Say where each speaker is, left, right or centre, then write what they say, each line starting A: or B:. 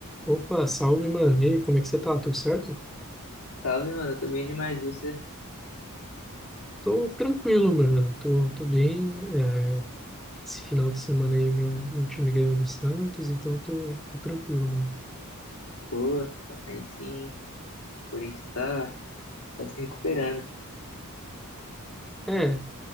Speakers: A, in the centre; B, on the left.
A: Opa, salve, mano. E aí, como é que você tá? Tudo certo?
B: Salve, mano. Eu tô bem demais. Você?
A: Tô tranquilo, mano. Tô, tô bem. É, esse final de semana aí, meu, meu time ganhou do Santos, então tô, tô tranquilo, mano.
B: Boa. Aí sim. O Corinthians tá, tá se recuperando.
A: É,